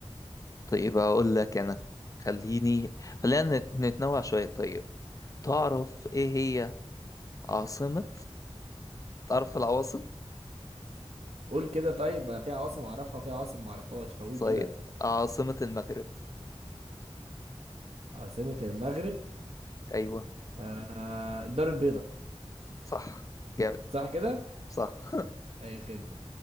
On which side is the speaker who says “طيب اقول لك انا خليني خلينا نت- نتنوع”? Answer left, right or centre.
Left